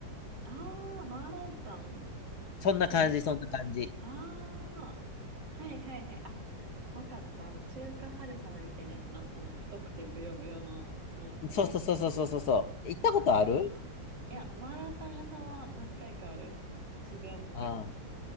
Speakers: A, on the right; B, on the left.
A: あー、マーランタン
B: そんな感じ、
A: 系
B: そんな感じ。
A: あー、はいはいはい。あ、わかった。あの、中華春雨みたいなやつな。あの、太くてブヨブヨの麺。
B: そうそうそうそうそうそうそう。行ったことある
A: あー。いや、マーランタン屋さんは何回かある。渋谷じゃないけど。
B: あ